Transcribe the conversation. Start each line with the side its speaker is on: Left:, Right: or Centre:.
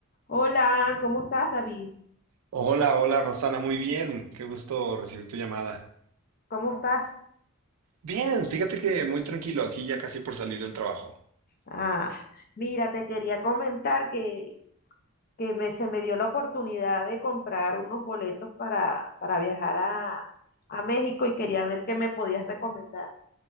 Left: Hola, ¿cómo estás, David?
Right: Hola, hola Rosana, muy bien. Qué gusto recibir tu llamada.
Left: ¿Cómo estás?
Right: Bien, fíjate que muy tranquilo, aquí ya casi por salir del trabajo.
Left: Ah, mira, te quería comentar que, que me, se me dio la oportunidad de comprar unos boletos para, para viajar a, a México y quería ver qué me podías recomendar.